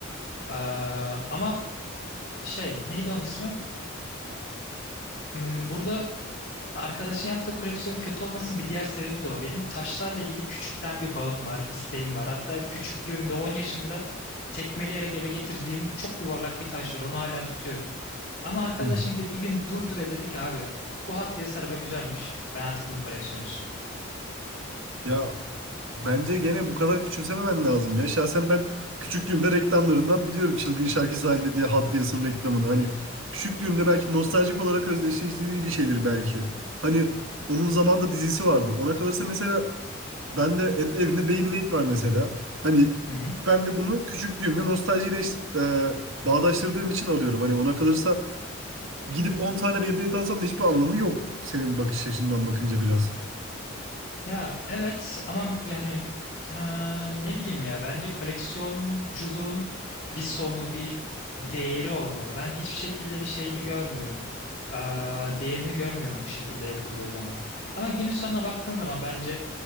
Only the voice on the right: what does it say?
Hı.
Ya Bence gene bu kadar küçümsememen lazım ya. Şahsen ben küçüklüğümde reklamlarından biliyorum Çılgın Şarkı Sahilde diye Hot Wheels'ın reklamını. Hani küçüklüğümde belki nostaljik olarak özdeşleştirdiği bir şeydir belki. Hani onun zamanında dizisi vardı. Ona kalırsa mesela ben de et, evimde Beyblade var mesela. Hani
ben de bunu küçüklüğümde nostaljiyle eş- e, bağdaştırdığım için alıyorum. Hani ona kalırsa gidip 10 tane Beyblade alsam da hiçbir anlamı yok. Senin bakış açından bakınca biraz.